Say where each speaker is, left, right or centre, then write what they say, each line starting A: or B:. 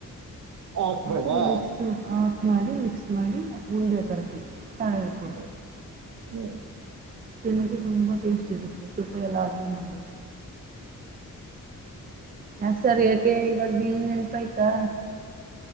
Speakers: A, on the right; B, on the right.
A: ಹಾಕ್ಬೇಕಾ
B: ಆಟ ಚೂ ಆಫ್ ಮಾಡಿ ಮಿಕ್ಸ್ ಮಾಡಿ ಉಂಡೆ ಕರ್ತೀವಿ ತಳ್ಕೊು
A: ಹ ಹ್ಮ
B: ಚೆನ್ನಕ್ಕೆ ತುಂಬಾ ಟೇಸ್ಟ್ ಇರುತ್ತೆ ತುಪ್ಪ ಎಲ್ಲಾ ಹಾಕಿ ಮಾಡ್ದು ಅಕ್ಸರ್ ಯಾಕೆ ಇವಾಗ ನಿನ್ ನೆನ್ಪಾಯ್ತಾ